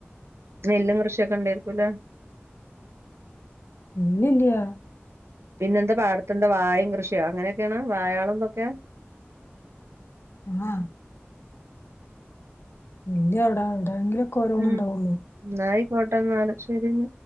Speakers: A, on the right (about 75°); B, on the left (about 65°).
A: നെല്ലും കൃഷ്യാെക്കെണ്ടേയ്രിക്കുലേ
B: ഇല്ല്യല്ല്യാ
A: പിന്നെന്താ പാട്ത്തെന്താ വായിം കൃഷിയാ അങ്ങനെയെക്കെണാ വായാളും തൊക്കെ
B: ആ <unintelligible> ഓരോന്നുണ്ടാവുള്ളൂ
A: ഉം എന്നായി കോട്ടന്നല് ശെരിന്ന